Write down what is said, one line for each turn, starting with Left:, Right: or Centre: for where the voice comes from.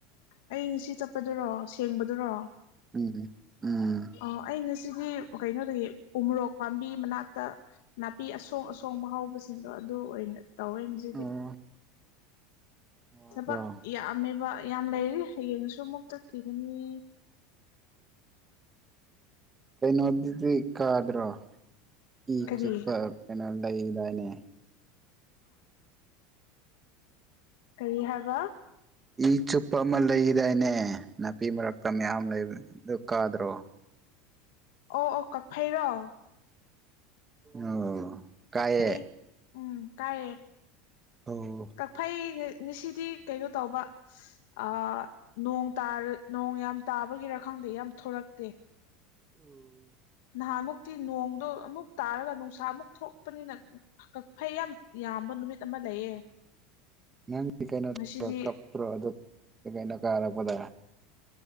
Left: ꯑꯩ ꯉꯁꯤ ꯆꯠꯄꯗꯨꯔꯣ ꯁꯦꯡꯕꯗꯨꯔꯣ
Right: ꯎꯝ ꯎꯝ
Left: ꯑꯣ ꯑꯩ ꯉꯁꯤꯗꯤ ꯀꯩꯅꯣꯗꯒꯤ ꯎꯃꯨꯔꯣꯛ ꯄꯥꯝꯕꯤ ꯃꯅꯥꯛꯇ ꯅꯥꯄꯤ ꯑꯁꯣꯡ ꯑꯁꯣꯡꯕ ꯍꯧꯕꯁꯤꯡꯗꯣ ꯑꯗꯨ ꯑꯣꯏꯅ ꯇꯧꯔꯦ ꯉꯁꯤꯗꯤ
Right: ꯑꯣ ꯋꯥꯕ꯭ꯔꯣ
Left: ꯊꯕꯛ ꯌꯥꯝꯃꯦꯕ ꯌꯥꯝ ꯂꯩꯔꯤ ꯍꯌꯦꯡꯁꯨ ꯑꯃꯨꯛ ꯇꯠꯈꯤꯒꯅꯤ
Right: ꯀꯩꯅꯣꯗꯨꯗꯤ ꯀꯥꯗ꯭ꯔꯣ ꯏ
Left: ꯀꯔꯤ
Right: ꯆꯨꯞꯄ ꯀꯩꯅꯣ ꯂꯩꯗꯥꯏꯅꯦ
Left: ꯀꯔꯤ ꯍꯥꯏꯕ
Right: ꯏ ꯆꯨꯞꯄ ꯑꯃ ꯂꯩꯈꯤꯗꯥꯏꯅꯦ ꯅꯥꯄꯤ ꯃꯔꯛꯇ ꯃꯌꯥꯝ ꯂꯩꯕꯗꯨ ꯀꯥꯗ꯭ꯔꯣ
Left: ꯑꯣ ꯑꯣ ꯀꯛꯐꯩꯔꯣ
Right: ꯑꯣ ꯀꯥꯏꯌꯦ
Left: ꯀꯛ ꯐꯩ ꯎꯝ ꯀꯥꯏꯌ‌ꯦ
Right: ꯑꯣ
Left: ꯐꯩ ꯉꯁꯤꯗꯤ ꯀꯩꯅꯣ ꯇꯧꯕ ꯑꯥ ꯅꫭꯡ ꯇꯥꯔ ꯅꯣꯡ ꯌꯥꯝ ꯇꯥꯕꯒꯤꯔ ꯈꯪꯗ‌ꯦ ꯌꯥꯝ ꯊꯣꯔꯛꯇꯦ
Right: ꯎꯝ
Left: ꯅꯍꯥꯟꯃꯨꯛꯇꯤ ꯅꯣꯡꯗꯣ ꯑꯃꯨꯛ ꯇꯥꯔꯒ ꯅꯨꯡꯁꯥ ꯑꯃꯨꯛ ꯊꯣꯛꯄꯅꯤꯅ ꯀꯛ ꯐꯩ ꯌꯥꯝ ꯌꯥꯝꯕ ꯅꯨꯃꯤꯠ ꯑꯃ ꯂꯩꯌꯦ
Right: ꯅꯪꯗꯤ ꯀꯩꯅꯣ
Left: ꯉꯁꯤꯗꯤ
Right: ꯇꯧ ꯀꯞꯇ꯭ꯔꯣ ꯑꯗꯨ ꯀꯩꯅꯣ ꯀꯥꯔꯛꯄꯗ